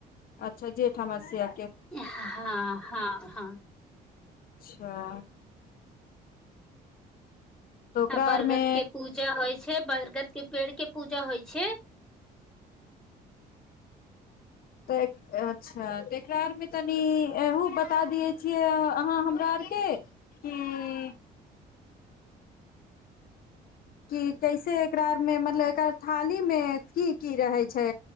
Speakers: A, on the left (about 60°); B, in the centre.
A: अच्छा जेठ अमवस्या
B: हँ हँ हँ
A: हाँ तऽ ओकरा
B: आ बरगद
A: आरमे
B: के पूजा होइ छै बरगद के पेड़ के पूजा होइ छै
A: तऽ एक अच्छा तऽ एकरा आरमे तनि एहु बता दियै छियै अहाँ हमरा आरके कि कि कैसे एकरा आरमे मतलब एकरा थालीमे की की रहै छै